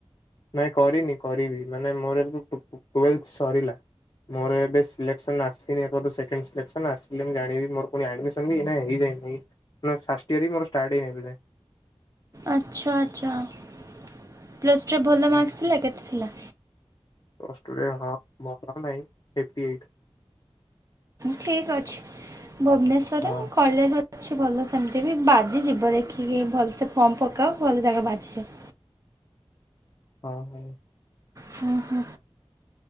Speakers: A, on the left; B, on the right.
A: ନାଇଁ କରିନି କରିବି ମାନେ ମୋର ଟୁଏଲ୍ଭ ସରିଲା ମୋର ଏବେ ସିଲେକ୍ସନ୍ ଆସିନି ଏ ପର୍ଯ୍ୟନ୍ତ ସେକେଣ୍ଡ ସିଲେକ୍ସନ୍। ଆସିଲେ ମୁଁ ଜାଣିବି ମୋର ପୁଣି ଆଡମିସନ ବି ହେଇଯାଇନିଁ ଫାଷ୍ଟଇୟର ବି ମୋର ଷ୍ଟାର୍ଟ ହେଇନି ଏବେ ଯାଇଁ
B: <inaudible> ଆଚ୍ଛା ଆଚ୍ଛା ପ୍ଲସ୍ଟୁରେ ଭଲ
A: ଯାଏଁ।
B: ମାର୍କ୍ସ ଥିଲା କେତେ ଥିଲା?
A: ଅଷ୍ଟ୍ରେଲିଆ ହ ମ ନାଇ ଏପ ଏଇଟ <unintelligible>
B: ଠିକ ଅଛି ଭୁବନେଶ୍ଵରରେ
A: ହଁ
B: କଲେଜ ଅଛି ଭଲ ସେମିତି ବି ବାଜି ଯିବ ଦେଖିକି ଭଲସେ ଫମ୍ ପକଅ ଭଲ ଯାଗା ବାଜିଯିବ। <inaudible>
A: ହଁ ହ।
B: ହୁଁ ହୁଁ